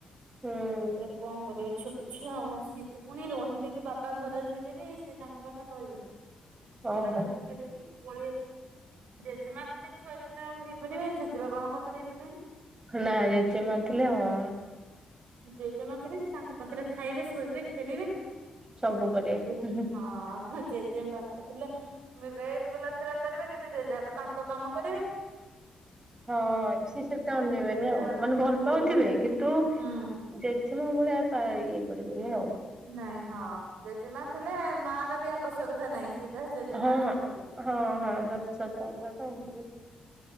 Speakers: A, on the right (about 30°); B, on the right (about 75°).
A: ହୁଁ।
B: ଆଉ କଣ କରିବ ଛୋ ଆଚ୍ଛା ସିଏ ତ ପୁଣି ରହିଲେ ବି ବାବା ଘରେ ରହିଲେ ବି, ସେ ତାଙ୍କ ପାଖରେ ରହିବନି। ଟିକେ
A: ଓହୋ
B: ନାକୁ ଖେଳ କି ପଳେଇ ଆସିବ ଜେଜେମା ଛୁଆ ଯେତେ ଆଉ ହେଇପାରିବେ, ଜେଜେବାବାଙ୍କ ପାଖରେ ହେଇପାରିବନି।
A: ନା ଜେଜେ ମା ଥିଲେ ହଁ।
B: ଜେଜେମା ଥିଲେ ସେ ତାଙ୍କ ପାଖରେ ଖାଇବେ, ଶୋଇବେ, ଖେଳିବେ
A: ସବୁ କରିବେ।
B: ହଁ ଜେଜେ ବାପା ଥିଲେ ମୁଁ ଏ ବୁଲାଖରା କରିବି କିନ୍ତୁ ଜେଜେବାପା ତାଙ୍କ କାମ କରିବେ।
A: ହଁ ସେ ସେ ତ
B: ଆଉ
A: ଅନେଇବେନି
B: ସିଏ ତ
A: ଆଉ ମାନେ
B: ମିଶି
A: ଭଲ ପାଉଥିବେ
B: ପାରିବେନି
A: କିନ୍ତୁ
B: ହୁଁ
A: ଜେଜେମା ଭଳିଆ ପାଏନି। ଇଏ କରିବେନି ଆଉ।
B: ନାଇଁ ହଁ ଜେଜେମା ଥିଲେ ମାର ବି ଆ ଆବଶ୍ୟକତା ନାହିଁ, ସେ
A: ହଁ
B: ତା ଜେଜେମା ସବୁ
A: ହଁ
B: କିଛି
A: ହଁ <inaudible>